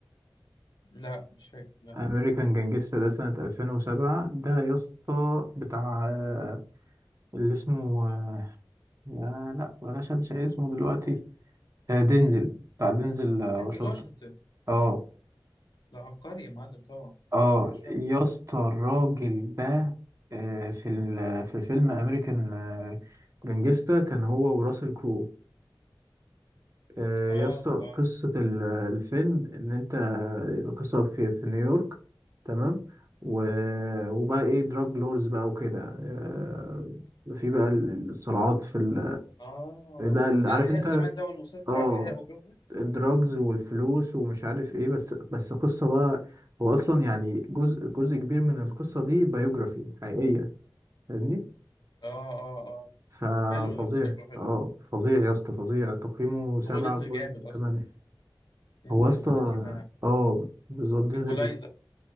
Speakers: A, on the left; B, on the right.
A: لا مش فاكر لا
B: أمريكان جانجستا ده سنة 2007 ده يا اسطى بتاع آه، اللي اسمه آه، يا لا بلاش أنسى اسمه دلوقتي آه، دينزل بتاع دينزل آه،
A: دينزل
B: واشنطن
A: واشنطن
B: اه
A: ده عبقري يا معلم طبعا
B: اه
A: انا بعشقه
B: يا اسطى الراجل ده آه، في ال- في فيلم أمريكان آه، جانجستا كان هو وراسل كرو آه،
A: اه
B: يا اسطى
A: اه
B: قصة ال- الفيلم إن أنت القصة في في نيويورك تمام و... وبقى إيه دراج لورز بقى وكده آه، في بقى ال- الصراعات في ال...
A: اه
B: بقى ال- عارف
A: ده الاحياء
B: أنت
A: زمان ده والمسيطر
B: آه
A: على الاحياء والجو ده
B: الدراجز والفلوس ومش عارف إيه بس بس قصة بقى هو أصلا يعني جزء جزء كبير من القصة دي بايوجرافي حقيقية فاهمني؟
A: اه اه اه
B: ففظيع
A: حلو ده شكله حلو
B: آه فظيع يا اسطى فظيع تقييمه سبعة
A: هو دينزل
B: بوينت
A: جامد اصلا
B: تمانية
A: دينزل
B: هو اصلا
A: ابن الذين
B: اه بالظبط تنزل
A: ايكولايزر